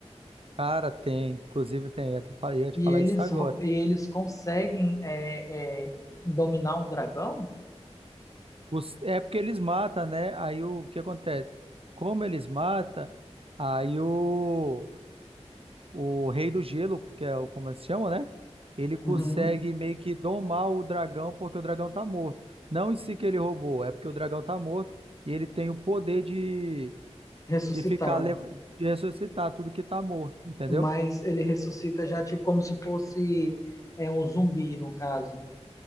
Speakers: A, on the right; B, on the left.
A: Cara, tem, inclusive tem, eu ia te
B: E
A: falar
B: eles,
A: isso agora.
B: ro- e eles conseguem é, é, dominar um dragão?
A: Os- é porque eles matam, né? Aí o que acontece? Como eles matam, aí o, o Rei do Gelo, que é o como eles chamam, né? Ele consegue
B: Uhum.
A: meio que domar o dragão porque o dragão tá morto. Não em si que ele roubou, é porque o dragão tá morto e ele tem o poder de,
B: Ressuscitar.
A: de ficar, lev- de ressuscitar tudo que tá morto, entendeu?
B: Mas ele ressuscita já tipo como se fosse é, um zumbi, no caso.